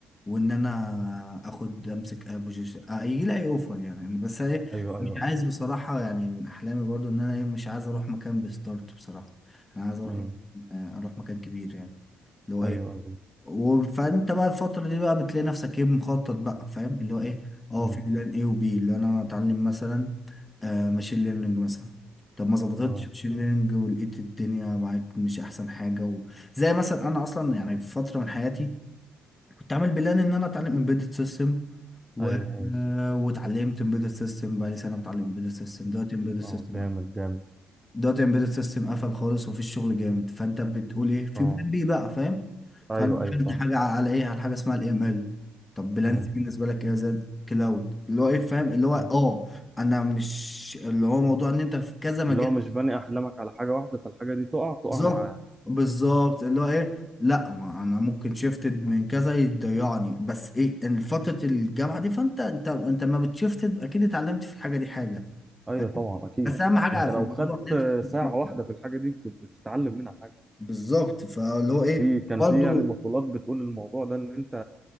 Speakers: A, on the left (about 20°); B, on the right (about 15°).
A: وان انا اخد امسك اي بوزيشن يجي لي اي اوفر يعني أنا بس ايه
B: أيوه أيوه
A: مش عايز
B: أيوه
A: بصراحه يعني من احلامي برضو ان انا ايه مش عايز اروح مكان بستارت بصراحه انا عايز اروح
B: أمم.
A: مكان- آه، اروح مكان كبير يعني اللي هو
B: أيوه
A: ايه
B: أيوه
A: و- فانت بقى الفترة دي بقى بتلاقي نفسك ايه مخطط بقى فاهم اللي هو ايه اه
B: أمم.
A: في بلان ايه وبي اللي انا اتعلم مثلا آه ماشين ليرنينج مثلا طب ما ظبطتش
B: أه
A: ماشين ليرنينج ولقيت الدنيا معاك مش احسن حاجة و... زي مثلا انا اصلا يعني في فترة من حياتي كنت عامل بلان ان انا اتعلم امبيدد سيستم و...
B: أيوه أيوه
A: آه، واتعلمت امبيدد سيستم بقى لي سنة بتعلم امبيدد سيستم دلوقتي امبيدد سيستم
B: أه جامد جامد
A: دلوقتي امبيدد سيستم قفل خالص ومفيش شغل جامد فانت بتقول ايه في
B: أه
A: بلان بي بقى فاهم فانا
B: ايوه
A: دخلت
B: ايوه فاهم
A: حاجه على ايه على حاجه اسمها الاي ام ال طب بلان
B: امم
A: سي بالنسبه لك ايه يا زاد كلاود اللي هو ايه فاهم اللي هو
B: مم.
A: اه انا مش اللي هو موضوع ان انت في كذا مجال
B: اللي هو مش باني احلامك على حاجه واحده فالحاجه دي تقع تقع
A: بالظبط
B: معاها
A: بالظبط اللي هو ايه لا ما انا ممكن شيفتد من كذا يضيعني بس ايه ان فتره الجامعه دي فانت انت انت ما بتشيفتد اكيد اتعلمت في الحاجه دي حاجه
B: ايوه
A: فاهم
B: طبعا اكيد
A: بس اهم حاجه
B: انت لو
A: في الموضوع
B: خدت
A: ان انت تتخطط.
B: ساعه واحده في الحاجه دي بت- بتتعلم منها حاجه
A: بالظبط فاللي هو ايه
B: في كان
A: برضو
B: في يعني مقولات بتقول الموضوع ده ان انت